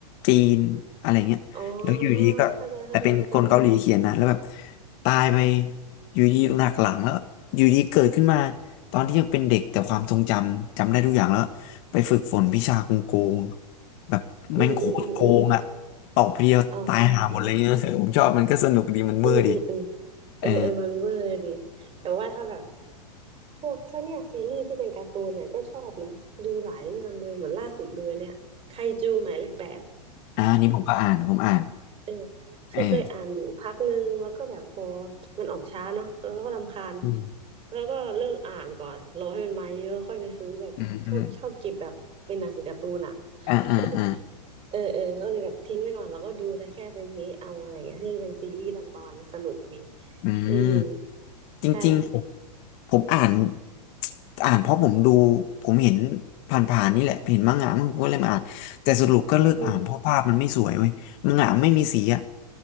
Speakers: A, on the left (about 45°); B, on the right (about 30°).
A: จีนอะไรเงี้ยแล้วอยู่ดีก็แต่เป็นคนเกาหลีเขียนนะแล้วแบบ
B: อ๋อเข้าใจเข้าใจเข้าใจ
A: ตายไปอยู่ดีหนักหลังแล้วอยู่ดีเกิดขึ้นมาตอนที่ยังเป็นเด็กแต่ความทรงจำจำได้ทุกอย่างแล้วไปฝึกฝนวิชาโกงโกงแบบแม่งโคตรโกงอ่ะ
B: อืมอืมอืมอืม
A: ตอบเดียวตายหาหมดเลยเนี่ย
B: อ๋ออ
A: <laughs> ผมชอบมันก็สนุกดีมันเมื่อดี
B: ืมอืมอืมเออเออมันเวอร์ดี
A: เออ
B: แต่ว่าถ้าแบบพวกถ้าเนี่ยซีรีส์ที่เป็นการ์ตูนเนี่ยก็ชอบนะดูหลายเรื่องเลยเหมือนล่าสุดดูเนี่ยไคจูหมายเลขแปด
A: อ่าอันนี้ผมก็อ่านผมอ่าน
B: เออคือเคยอ่านอยู่พักหนึ่งแล้วก็แบบพอ
A: เออ
B: มันออกช้าเนาะแล้วก็รำคาญ
A: อืม
B: แล้วก็เลิกอ่านก่อนรอให้มันมาเยอะค่อยไปซื้อแบบชอบชอบเก็บแบบเป็นหนังสือการ์ตูนอะ
A: อืมอืมอ่าอ่าอ่า
B: <laughs> เออเออก็เลยแบบทิ้งไปก่อนแล้วก็ดูแต่แค่เป็นเมะเอาอะไรเงี้ยที่เป็นซีรีส์ตอนตอนนะสนุกดี
A: อืม
B: อืม
A: จริงๆผมๆผมอ่าน
B: ใช่
A: <tsk> อ่านเพราะผมดู ผมเห็นผ่านๆนี่แหละ เห็นมังงะมั่งผมก็เลยมาอ่านแต่สรุปก็เลิกอ่านเพราะภาพมันไม่สวยเว้ยมังงะไม่มีสีอ่ะ
B: อืม